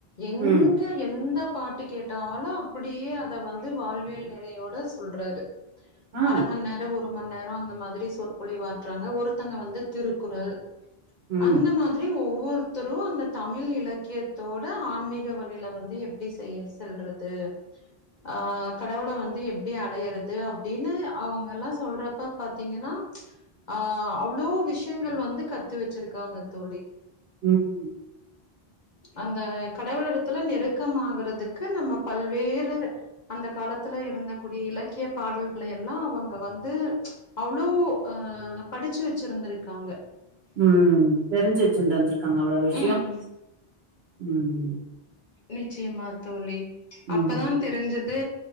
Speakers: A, on the left; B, on the right.
A: எங்க
B: ம்
A: எந்த பாட்டு கேட்டாலு அப்டியே அத வந்து வாழ்வியல் நிறையோட சொல்றாரு
B: ஆ
A: அர மண் நேரம் ஒரு மண் நேரம் அந்த மாதிரி சொ புளி வாற்றாங்க ஒருத்தங்க வந்து திரு குரல்
B: ம்
A: அந்த மாதிரி ஒவ்வொரு தரு அந்த தமிழ் இலக்கியத்தோட ஆன்மீக வழியில வந்து எப்படி செய் செல்றது ஆ கடவுள வந்து எப் அப்டி அடையறது அப்டின்னு அவங்கல்லா சொல்றப்ப பாத்தீங்கன்னா ஆ அவ்ளோ விஷ் விஷயங்கள் வந்து கத்து வச்சிருக்காங்க தோழி
B: ம்
A: அந்த கடவுள் இடத்துல நெருக்கமாகுறதுக்கு நம்ம பல்வேறு அந்த காலத்துல இருந்தக்கூடிய இலக்கிய பாடல்களை எல்லா அவங்க வந்து அவ்வளவு ஆ படிச்சு வச்சிருந்திருக் க்காங்க
B: ம் தெரிஞ்சு வச்சுண்டுருந்திருக்காங்க அவ்ளோ விஷய
A: ம்
B: ம்
A: நிச்சயமா தோழி
B: ம்
A: அப்பதா தெரிஞ்ச து